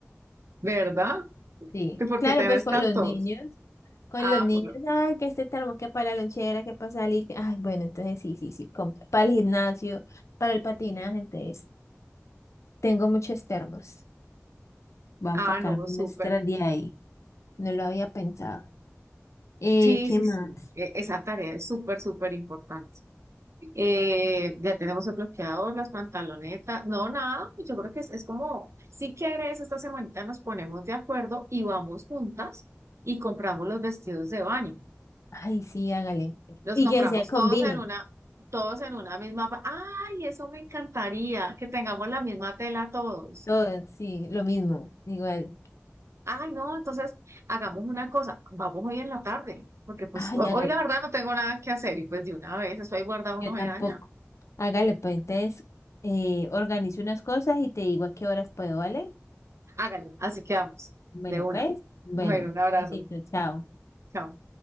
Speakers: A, on the right (about 65°); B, on the left (about 70°).
A: ¿Verdad?
B: Sí,
A: ¿Y por
B: claro,
A: qué tenés
B: pues con
A: tantos?
B: los niños, con
A: Ah,
B: los niños,
A: por lo...
B: ay, que este termo, que para la lonchera, que para salir, que- ay, bueno, entonces sí, sí, sí, com- para el gimnasio, para el patinaje, entonces tengo muchos termos. Voy a
A: Ah,
B: empacar
A: no,
B: unos
A: súper.
B: extra de ahí. No lo había pensado. Eh,
A: Sí,
B: ¿qué
A: sí,
B: más?
A: sí. E- Esa tarea es súper, súper importante. Eh, ya tenemos el bloqueador, las pantalonetas. No, nada, yo creo que es, es como, si quieres, esta semanita nos ponemos de acuerdo y vamos juntas y compramos los vestidos de baño.
B: Ay, sí, hágale.
A: Los
B: Y
A: compramos
B: que se combinen.
A: todos en una, todos en una misma. pa- Ay, eso me encantaría, que tengamos la misma tela todos.
B: Todo, sí, lo mismo, igual.
A: Ay, no, entonces hagamos una cosa, vamos hoy en la tarde, porque pues
B: Ay,
A: ho-
B: hágale.
A: hoy la verdad no tengo nada que hacer y pues de una vez, eso ahí guardado
B: Yo
A: no se
B: tampoco.
A: daña.
B: Hágale, pues entonces eh, organizo unas cosas y te digo a qué horas puedo, ¿vale?
A: Hágale, así quedamos,
B: Bueno,
A: de una.
B: pues, bueno,
A: Bueno, un abrazo.
B: besito, chao.
A: Chao.